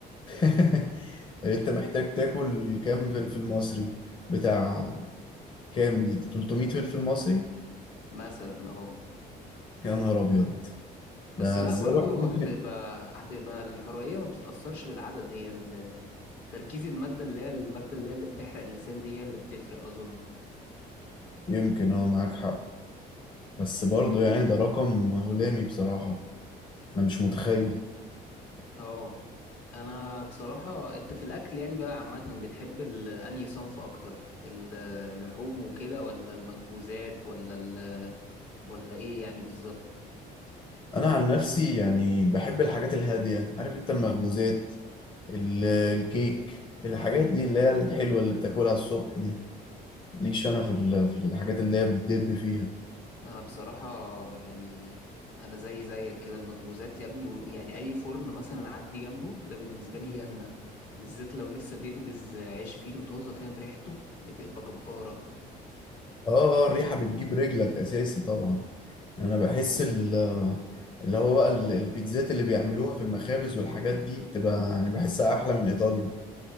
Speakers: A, on the left (about 30°); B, on the left (about 70°).
A: <laughs> انت محتاج تاكل كام فلفل مصري بتاع كام دي 300 فلفل مصري
B: مثلا اه
A: يا نهار ابيض
B: بس
A: ده
B: لا
A: ازاي
B: برضو
A: الواحد
B: هتبقى
A: ممكن
B: هتبقى الحرقية ما بتتأثرش بالعدد هي ال- تركيز المادة اللي هي المادة اللي هي اللي بتحرق اللسان دي هي اللي بتفرق أظن
A: يمكن اه معاك حق بس برضه يعني ده رقم هلامي بصراحه انا مش متخيل
B: اه انا بصراحة انت في الاكل يعني بقى عامة بتحب ال- انهي صنف اكتر ال- اللحوم وكده ولا المخبوزات ولا ال ولا ايه يعني بالظبط
A: انا عن نفسي يعني بحب الحاجات الهاديه عارف انت المخبوزات ال- الكيك الحاجات دي اللي هي الحلوة اللي بتاكلها الصبح دي ليش انا في ال- في الحاجات اللي هي بتدب فيها
B: انا بصراحة يعني انا زي زيك كده المخبوزات يا ابني و- يعني اي فرن مثلا اعدي جنبه ده بالنسبة لي جنة بالذات لو لسه بيخبز عيش فينو طازة فاهم ريحته بتبقى جبارة
A: اه اه الريحة بتجيب رجلك اساسي طبعا يعني انا بحس ال- اللي هو بقى ال- البيتزات اللي بيعملوها في المخابز والحاجات دي بتبقى يعني بحسها احلى من ايطاليا